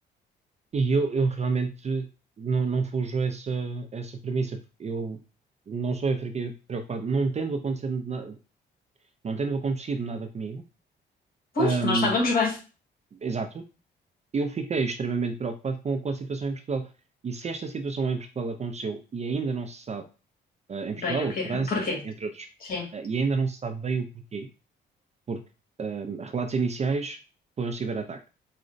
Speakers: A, on the right; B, on the left.
A: e eu, eu realmente não, não fujo a essa, essa premissa, porque eu não só eu fiquei preocupado, não tendo acontecido nada, não tendo acontecido nada comigo,
B: Pois,
A: ahm,
B: nós estávamos bem.
A: exato, eu fiquei extremamente preocupado com, com a situação em Portugal. E se esta situação em Portugal aconteceu e ainda não se sabe eh, em
B: Bem,
A: Portugal,
B: o quê?
A: França,
B: Porquê?
A: entre outros.
B: Sim,
A: Eh, e ainda não se sabe bem o porquê, porque hum, relatos iniciais foi um ciberataque.